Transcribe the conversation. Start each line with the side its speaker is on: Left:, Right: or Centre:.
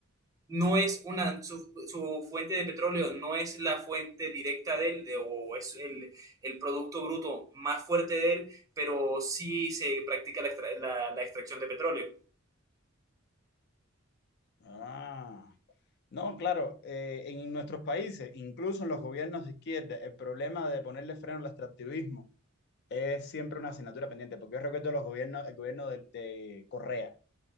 Right: no es una su, su fuente de petróleo no es la fuente directa de él de- o es el, el producto bruto más fuerte de él, pero sí se practica la extra- la- la extracción de petróleo.
Left: Ah. No, claro, eh, en nuestros países, incluso en los gobiernos de izquierda, el problema de ponerle freno al extractivismo es siempre una asignatura pendiente, porque yo recuerdo los gobiernos, el gobierno de, de Correa,